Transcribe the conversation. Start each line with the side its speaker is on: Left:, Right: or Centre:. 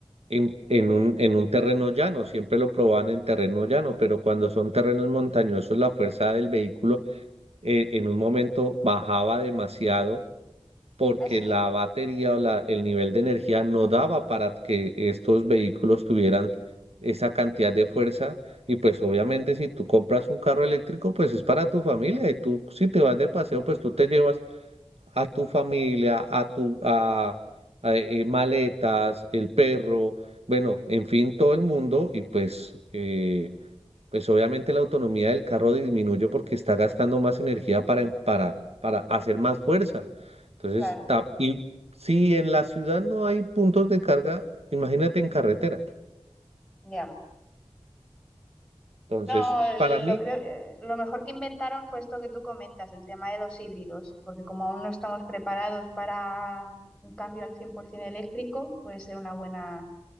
Right: en, en un, en un terreno llano. Siempre lo probaban en terreno llano, pero cuando son terrenos montañosos, la fuerza del vehículo eh, en un momento bajaba demasiado porque
Centre: Ah, sí,
Right: la batería o la, el nivel de energía no daba para que estos vehículos tuvieran esa cantidad de fuerza. Y pues obviamente si tú compras un carro eléctrico, pues es para tu familia y tú si te vas de paseo, pues tú te llevas a tu familia, a tu a, a, eh, maletas, el perro, bueno, en fin, todo el mundo y pues eh, pues obviamente la autonomía del carro disminuye porque está gastando más energía para em- para para hacer más fuerza. Entonces,
Centre: claro,
Right: ta- y si en la ciudad no hay puntos de carga, imagínate en carretera.
Centre: ya.
Right: Entonces,
Centre: No,
Right: para mí
Centre: lo creo, eh, lo mejor que inventaron fue esto que tú comentas, el tema de los híbridos, porque como aún no estamos preparados para un cambio al 100% eléctrico, puede ser una buena